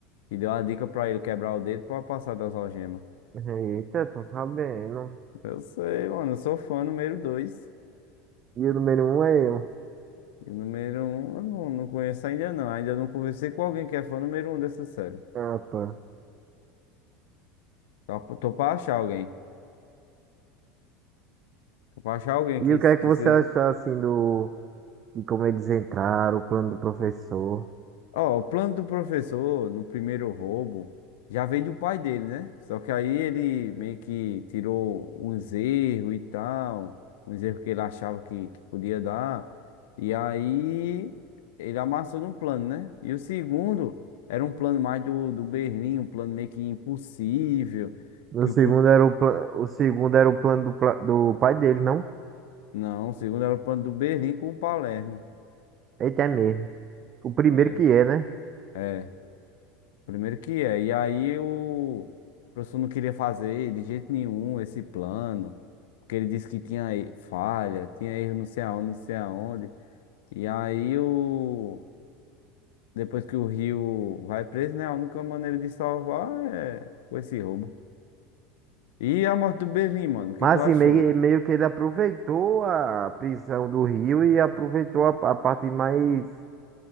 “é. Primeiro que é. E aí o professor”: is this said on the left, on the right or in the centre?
Left